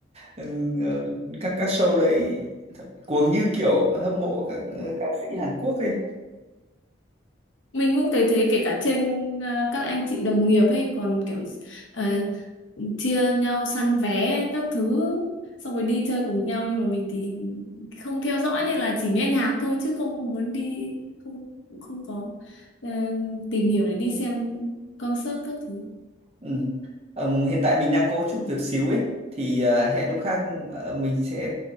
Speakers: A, on the right (about 30°); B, on the left (about 75°).
A: Ừm, ờ, các các show đấy cuồng như kiểu hâm mộ các ờ, ca sĩ Hàn Quốc ấy
B: Mình cũng thấy thế kể cả trên ờ, các anh chị đồng nghiệp ấy còn kiểu ờ, chia nhau săn vé các thứ xong rồi đi chơi cùng nhau nhưng mà mình thì không theo dõi nên là chỉ nghe nhạc thôi chứ không muốn đi không cũng không có ờ, tìm hiểu để đi xem concert các thứ.
A: Ừm. Ừm, hiện tại mình đang có chút việc xíu ấy thì ờ, hẹn lúc khác ờ, mình sẽ